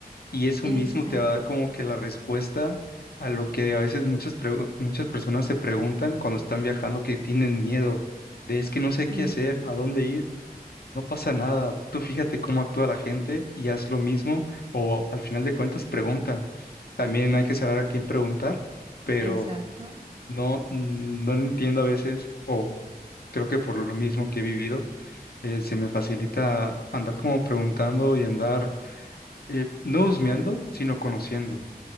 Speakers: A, on the left; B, on the right.
A: Y eso
B: Exacto,
A: mismo te va a dar como que la respuesta a lo que a veces muchas, pregu- muchas personas se preguntan cuando están viajando, que tienen miedo de es que no sé
B: sí,
A: qué hacer, a dónde ir, no pasa nada. Tú fíjate cómo actúa la gente y haz lo mismo o al final de cuentas pregunta. También hay que saber a quién preguntar, pero
B: exacto.
A: no, no entiendo a veces o creo que por lo mismo que he vivido eh, se me facilita andar como preguntando y andar eh, no husmeando, sino conociendo.